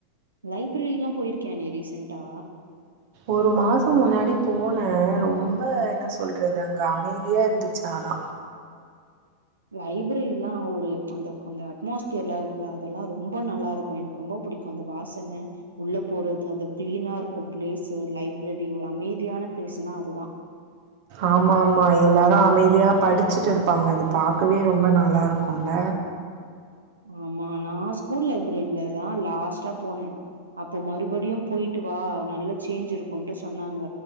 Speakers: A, on the right; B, on the right.
A: லைப்ரெரி எல்லாம் போயிருக்கய நீ ரீசென்டா
B: ஒரு மாசம் முன்னாடி போன ரொம்ப என்ன சொல்றது அங்க அமைதியா இருந்துச்சு ஆனா
A: லைப்ரெரிலாம் ஒரு அந்த அந்த அட்மாஸ்பியர்லாம் இருக்குல்ல அதெல்லாம் ரொம்ப நல்லா இருக்கும் எனக்கு ரொம்ப பிடிக்கும் அந்த வாசன உள்ள போறது அந்த கிளீனா இருக்கு பிளேஸ்சு லைப்ரெரி ஒரு அமைதியான பிளேஸ்ன்னா அதுதான்
B: ஆமா ஆமா எல்லாரும் அமைதியா படிச்சுட்டு இருப்பாங்க அது பாக்கவே ரொம்ப நல்லா இருக்குல
A: ஆமா நான் ஸ்கூல் லைப்ரெரில தான் லாஸ்ட்டா போனேன் அப்ப மறுபடியும் போயிட்டு வா நல்ல சேஞ்ச் இருக்கும்ட்டு சொன்னாங்க